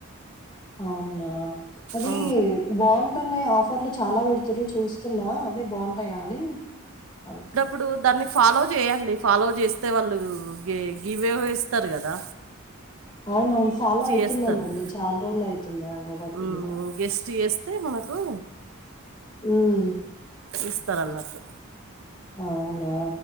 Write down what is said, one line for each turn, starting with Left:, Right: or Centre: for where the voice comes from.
Left: అవునా అది
Right: ఆ,
Left: బా ఉంటున్నాయ్ ఆఫర్లు చాలా వెడుతుర్రు చూస్ చిన్నా అదే బా ఉంటాయా అని అడుగుతున్
Right: ఇప్పుడు దాన్ని ఫాలో జేయండి ఫాలో జేస్తే వాళ్ళు గే గివేవో ఇస్తారు గదా
Left: అవునవున్ ఫాలో అయుతున్నానండి
Right: చేస్తారు
Left: చాల్ రోల్ అయుతుందా అవవట్టి
Right: మ్మ్
Left: గుడా
Right: గెస్ట్ యస్ తేమనకు
Left: ఉం
Right: ఇస్తరన్నట్టు
Left: అవునా